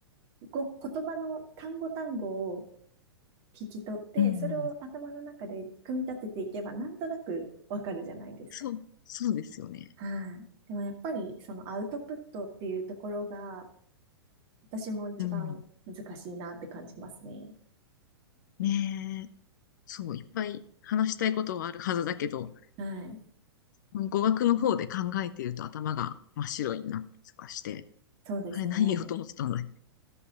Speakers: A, on the right; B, on the left.
A: ご、言葉の単語単語を聞き取って、
B: うんうん
A: それを頭の中で組み立てていけば、なんとなくわかるじゃないですか。
B: そう、そうですよね。
A: はい。でもやっぱり、そのアウトプットっていうところが、私も一番難しいなって感じますね。
B: うん。ねえ。そう、いっぱい話したいことはあるはずだけど、
A: はい。
B: 語学の方で考えていると頭が真っ白になったりとかして、
A: そうですね。
B: あれ何言おうと思ってたんだっ